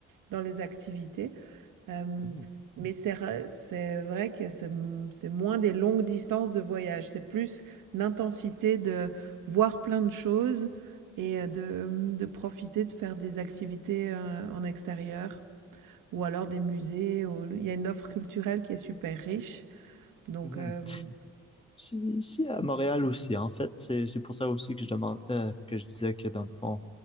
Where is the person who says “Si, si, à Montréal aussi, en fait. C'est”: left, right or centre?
Left